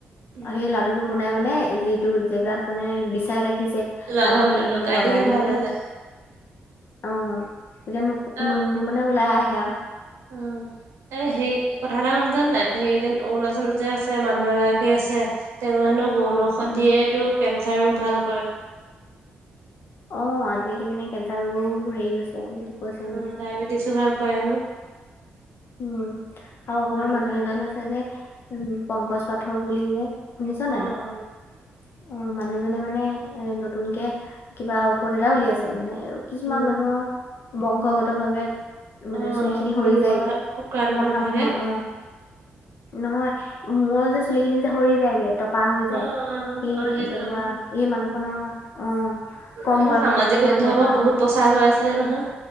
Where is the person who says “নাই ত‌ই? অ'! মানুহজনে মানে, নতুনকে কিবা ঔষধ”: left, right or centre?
Left